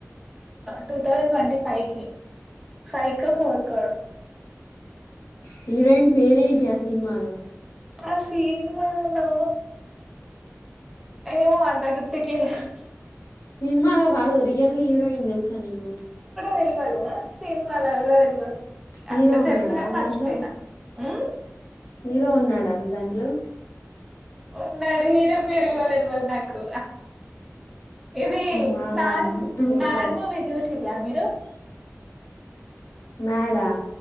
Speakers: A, in the centre; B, on the left.
A: two thousand twenty five లో ఫైవ్ కో ఫోర్ కో
B: హీరోయిన్ పేరేంటి ఆ సినిమాలో
A: ఆ సినిమా లో ఏమో అంత గుర్తుకులేదు
B: సినిమాలో కాదు రియల్ హీరోయిన్ తెలుసా నీకు
A: తెలియదు సినిమాల కూడా తెలువదు
B: హీరో
A: అంటే
B: ఉన్నాడా
A: తెలుసుకాని మర్చిపోయినా
B: దాంట్లో
A: హ్హ్ మ్
B: హీరో ఉన్నాడా దాంట్లో
A: ఉన్నాడు హీరో పేరు కూడా తెలవదు నాకు ఇది
B: వావ్
A: నాడు
B: సూపర్
A: నాగుమూవీ చూసారా మీరు
B: మాడ్ ఆ